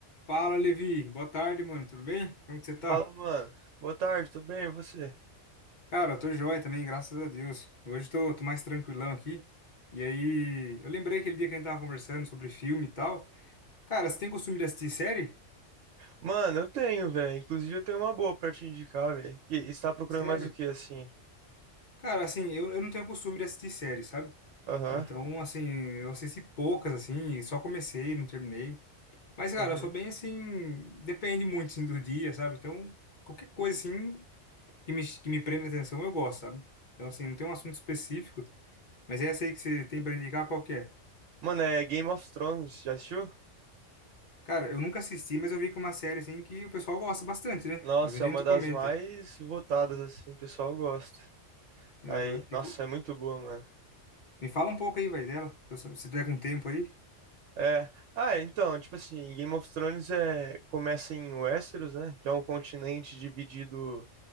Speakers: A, on the left; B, on the right.
A: Fala, Levi. Boa tarde, mano. Tudo bem? Como que você tá?
B: Fala, mano. Boa tarde, tudo bem? E você?
A: Cara, eu tô joia também, graças a Deus. Hoje tô, tô mais tranquilão aqui. E aí, eu lembrei aquele dia que a gente tava conversando sobre filme e tal. Cara, você tem costume de assistir série?
B: Mano, eu tenho, velho. Inclusive, eu tenho uma boa pra te indicar, velho. Que está procurando
A: Sério?
B: mais o que, assim?
A: Cara, assim, eu, eu não tenho costume de assistir série, sabe?
B: Aham.
A: Então, assim, eu assisti poucas, assim, e só comecei, não terminei. Mas, cara,
B: Uhum.
A: eu sou bem assim, depende muito, assim, do dia, sabe? Então, qualquer coisa, assim, que me, que me prenda atenção, eu gosto, sabe? Então, assim, não tem um assunto específico. Mas essa aí que você tem pra indicar, qual que é?
B: Mano, é Game of Thrones, já assistiu?
A: Cara, eu nunca assisti, mas eu vi que é uma série assim que o pessoal gosta bastante, né?
B: Nossa,
A: Bastante
B: é uma
A: gente
B: das
A: comenta.
B: mais votadas, assim, o pessoal gosta.
A: Aham.
B: Aí,
A: E
B: nossa,
A: co-
B: é muito boa, mano.
A: Me fala um pouco aí, vai, dela. pra Se se tiver com tempo aí.
B: É. Ah, então, tipo assim, Game of Thrones é... começa em Westeros, né? Que é um continente dividido